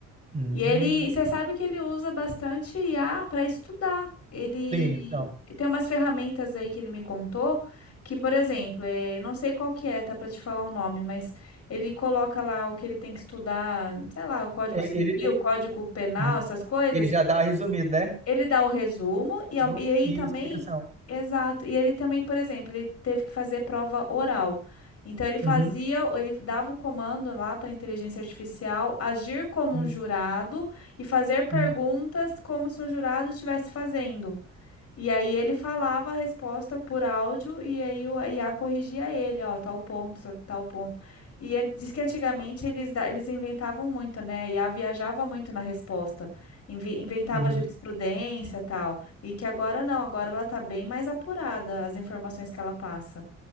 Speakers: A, on the right (about 25°); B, on the left (about 55°).
A: Hum,
B: E ele, e você sabe que ele usa bastante IA para estudar. Ele
A: sim, então.
B: tem umas ferramentas aí que ele me contou, que, por exemplo, eh, não sei qual que é, tá para te falar o nome, mas ele coloca lá o que ele tem que estudar, sei lá, o Código
A: Ele,
B: Civil,
A: ele, ele,
B: Código Penal,
A: uhum.
B: essas coisas.
A: Ele já dá resumido, né?
B: Ele dá o resumo e, ao-
A: No-
B: e aí
A: E
B: também,
A: explicação.
B: exato. E ele também, por exemplo, ele teve que fazer prova oral. Então ele fazia,
A: Uhum.
B: ele dava o comando lá para a inteligência artificial agir como
A: Uhum.
B: um jurado e fazer perguntas
A: Uhum.
B: como se um jurado estivesse fazendo. E aí ele falava a resposta por áudio e aí o- a IA corrigia ele, ó, tal ponto, tal tal ponto. E an- diz que antigamente eles, da- eles inventavam muito, né? A IA viajava muito na resposta, invi- inventava
A: Uhum.
B: jurisprudência e tal. E que agora não, agora ela tá bem mais apurada as informações que ela passa